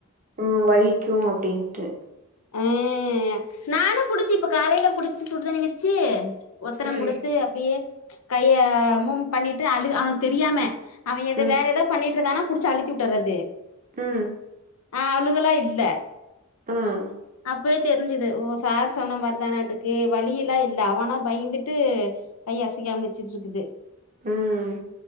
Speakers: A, on the right (about 35°); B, on the left (about 85°).
A: ம் வலிக்கு அப்டின்ட்டு
B: அஹ் நானு புடிச்சு இப்ப காலையில புடிச்சு சுடுதண்ணி வெச்சி ஒத்தடம்
A: ம்
B: குடுத்து அப்டியே கைய மூம் பண்ணிட்டு அழுது அவனுக்கு தெரியாம அவ எதோ
A: ம்
B: வேற ஏதோ பண்ணிட்ருந்தானா புடிச்சு அழுத்தி விட்டற்றது
A: ம்
B: அழுகலா இல்ல
A: ம்
B: அப்யே தெரிஞ்சுது ஓ சார் சொன்ன மாரிதானேட்டுக்கு வலியிலா இல்ல அவனா பய்ந்துட்டு கை அசைக்காம வெச்சிட்டுருக்குது
A: உம்